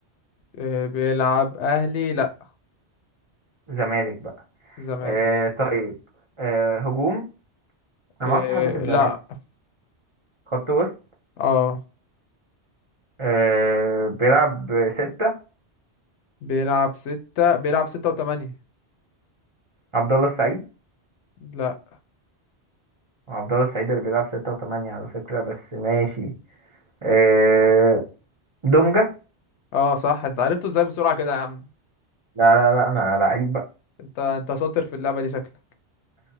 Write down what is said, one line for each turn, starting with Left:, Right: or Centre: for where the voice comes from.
Left: آه بيلعب أهلي لأ
Right: زمالك بقى
Left: زمالك
Right: آه طيب آه هجوم انا
Left: آه
Right: ما اعرفش حد في الزمالك
Left: لأ
Right: خط وسط
Left: اه
Right: آه بيلعب ستة
Left: بيلعب ستة بيلعب ستة وتمانية
Right: عبد الله السعيد
Left: لا
Right: عبد الله السعيد اللي بيلعب ستة وثمانية على فكرة بس ماشي آه دونجا
Left: اه صح انت عرفته ازاي بسرعة كده يا عم
Right: لا لا لا أنا لعيب بقى
Left: انت انت شاطر في اللعبة دي شكلك